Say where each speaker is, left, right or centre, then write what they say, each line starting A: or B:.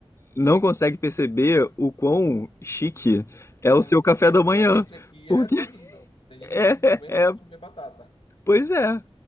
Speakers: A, on the left; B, on the left.
A: não consegue perceber o quão chique é
B: É
A: o
B: o
A: seu
B: meu
A: café
B: café,
A: da
B: né?
A: manhã.
B: Pra gente aqui
A: Porque
B: é terrível. Tem gente
A: <laughs>
B: que diz que não aguenta
A: é,
B: mais comer batata.
A: Pois é.